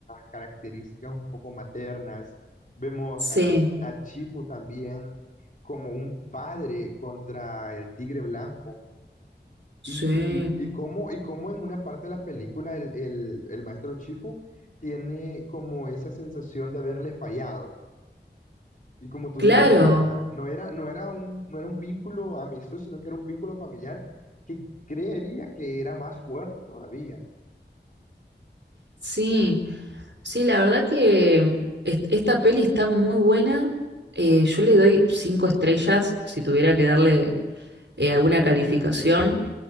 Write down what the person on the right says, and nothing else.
Sí,
sí,
claro,
sí, sí, la verdad que est- esta peli está muy buena. Eh, yo le doy cinco estrellas si tuviera que darle eh, alguna calificación.